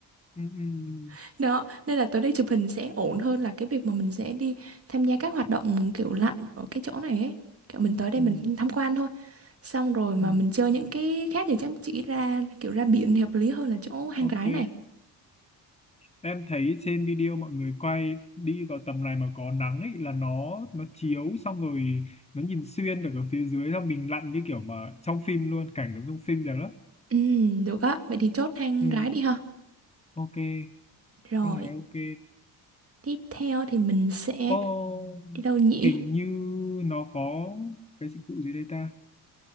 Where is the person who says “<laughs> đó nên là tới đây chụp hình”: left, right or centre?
Right